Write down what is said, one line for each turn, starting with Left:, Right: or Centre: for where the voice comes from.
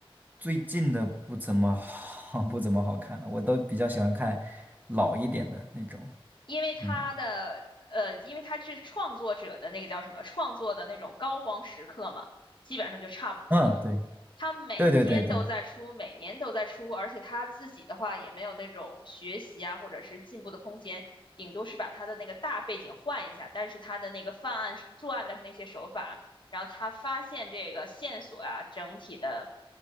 Right: 最近的不怎么好，<laughs> 不怎么好看了，我都比较喜欢看老一点的那种，
Left: 因为他的呃，
Right: 嗯
Left: 因为他是创作者的那个叫什么创作的那种高光时刻嘛，基本上就差不多了。
Right: 嗯，对
Left: 他每天都在出，
Right: 对对对对，
Left: 每年都在出，而且他自己的话也没有那种学习啊或者是进步的空间，顶多是把他的那个大背景换一下，但是他的那个犯案作案的那些手法，然后他发现这个线索啊，整体的